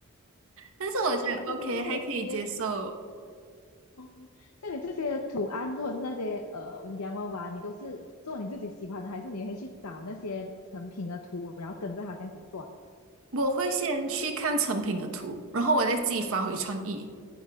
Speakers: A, on the right (about 65°); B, on the left (about 85°).
A: 但是我觉得
B: 哎，那你自你这些你的
A: OK 还可以接受。
B: 哦，像你这些图案或者是那些呃洋娃娃，你都是做你自己喜欢的，还是你可以去找那些成品的图，然后跟着它这样子做？
A: 我会先去看成品的图，然后我再自己发挥创意